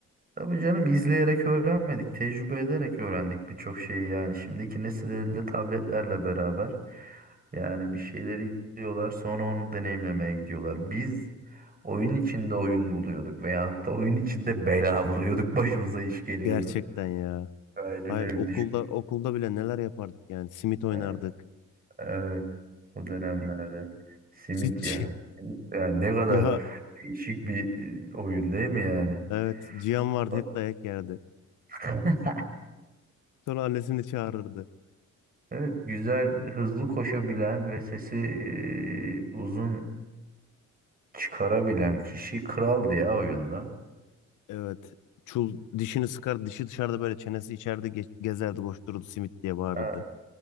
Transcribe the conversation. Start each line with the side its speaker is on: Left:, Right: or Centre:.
Right: Tabii canım izleyerek öğrenmedik, tecrübe ederek öğrendik birçok şeyi yani. Şimdiki nesil elinde tabletlerle beraber yani bir şeyleri izliyorlar, sonra onu deneyimlemeye gidiyorlar. Biz oyun içinde oyun buluyorduk veya hatta oyun içinde bela buluyorduk, başımıza iş geliyordu.
Left: Gerçekten ya.
Right: Aynen
Left: Hayır
Right: öyle
Left: okulda
Right: düşmüş.
Left: okulda bile neler yapardık yani. Simit oynardık.
Right: Evet, evet. O dönemlerde. Simit
Left: Çitçi.
Right: ya. Simit ya ne kadar
Left: Ya
Right: değişik bir e, oyun değil mi yani?
Left: evet Cihan vardı
Right: Bak.
Left: hep dayak yerdi.
Right: <laughs>
Left: Sonra annesini çağırırdı.
Right: Evet, güzel, hızlı koşabilen ve sesi e, uzun çıkarabilen kişi kraldı ya oyunda.
Left: Evet. Çul dişini sıkar dişi dışarıda böyle çenesi içeride ge- gezerdi koştururdu simit diye bağırırdı.
Right: A-